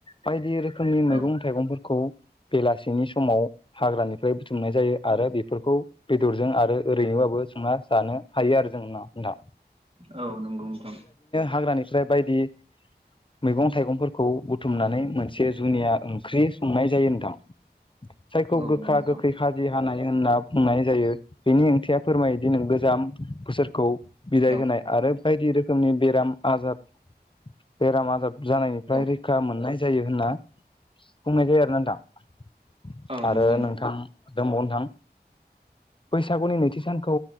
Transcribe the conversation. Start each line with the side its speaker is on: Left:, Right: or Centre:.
Left: बायदि रोखोमनि मैगं
Right: औ
Left: थाइगंफोरखौ गं बेलासिनि समाव हाग्रानिफ्राय बुथुमनाय जायो आरो बेफोरखौ बेदरजों आरो ओरैनोबाबो संना जानो हायो आरो जों उनाव
Right: औ नंगौ नोंथां
Left: हाग्रानिफ्राय बायदि मैगं थाइगंफोरखौ बुथुमनानै मोनसे जुनिया ओंख्रि संनाय जायो नोंथां जायखौ
Right: औ
Left: गोखा
Right: नंगौ नोंथां
Left: गोखै खाजि हानाय होनना बुंनाय जायो बेनि ओंथिया फोरमायोदि नों गोजाम बोसोरखौ बिदाय
Right: औ
Left: होनाय आरो बायदि रोखोमनि बेराम आजार बेराम आजार जानायनिफ्राय
Right: औ
Left: रैखा मोननाय जायो होनना बुंनाय जायो आरोना नोंथां
Right: औ
Left: आरो
Right: नंगौ
Left: नोंथां दंबाव नोंथां बैसागुनि नैथि सानखौ